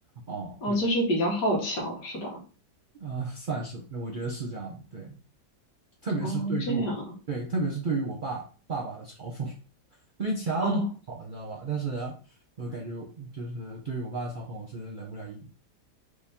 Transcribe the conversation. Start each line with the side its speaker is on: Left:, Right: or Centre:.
Right: 哦，
Left: 哦，
Right: 有。
Left: 就是比较好强是吧？
Right: 啊、算是，我觉得是这样的，对，特别是对于我，
Left: 哦，这样，
Right: 对，特别是对于我爸爸爸的嘲讽，<laughs> 对于其他的都好，
Left: 哦，
Right: 你知道吧？但是我感觉就是对于我爸的嘲讽，我是忍不了一点。